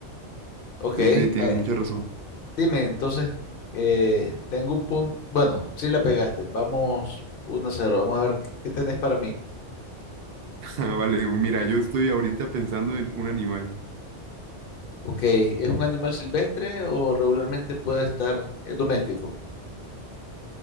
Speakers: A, on the left; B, on the right.
A: Ok,
B: Sí,
A: eh,
B: sí, tienes mucha razón.
A: Dime, entonces, eh, tengo un punto. Bueno, sí la pegaste. Vamos uno a 0. Vamos a ver qué tenés para mí.
B: Ah, vale, mira, yo estoy ahorita pensando en un animal.
A: Ok, ¿es un animal silvestre o regularmente puede estar es doméstico?